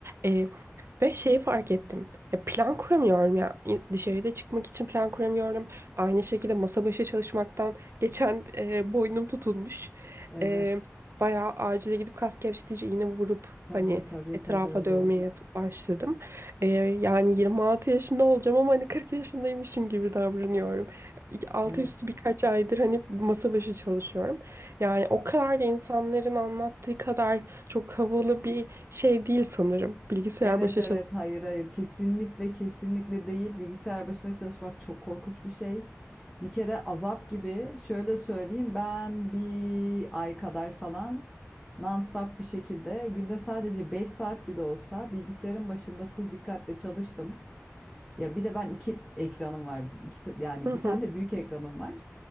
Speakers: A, on the right; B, in the centre.
A: E, Ve şeyi fark ettim. Ya plan kuramıyorum ya. Dışarıda çıkmak için plan kuramıyorum. Aynı şekilde masa başı çalışmaktan Geçen e, boynum tutulmuş.
B: Evet.
A: E, bayağı acile gidip kas gevşetici iğne vurup
B: Tabii
A: hani
B: tabii
A: etrafa
B: tabii öyle
A: dövmeye
B: olur.
A: başladım. E, yani 26 yaşında olacağım ama hani 40 yaşındaymışım gibi davranıyorum. Altı
B: Evet.
A: üstü birkaç aydır hani masa başı çalışıyorum. Yani o kadar da insanların anlattığı kadar çok havalı bir şey değil sanırım. Bilgisayar
B: Evet
A: başı
B: evet hayır hayır kesinlikle kesinlikle değil bilgisayar başında çalışmak çok korkunç bir şey. Bir kere azap gibi şöyle söyleyeyim ben bir ay kadar falan nonstop bir şekilde günde sadece 5 saat bile olsa bilgisayarın başında full dikkatle çalıştım. Ya bir de ben iki ekranım var. İki, ta- yani
A: Hı hı.
B: bir tane de büyük ekranım var.